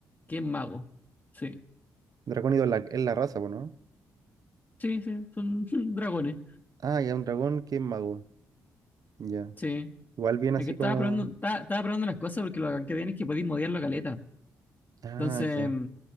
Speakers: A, on the left; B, on the right.
A: que es mago. Sí,
B: Dracónido es la, es la raza, po, ¿no?
A: sí, sí, son <laughs> dragones.
B: Ah, ya, un dragón que es mago. Ya.
A: Sí.
B: Igual bien
A: Es
B: así
A: que estaba
B: como.
A: probando, estaba, estaba probando las cosas porque lo que tiene es que podéis modiar la caleta.
B: Ah,
A: Entonces,
B: ya.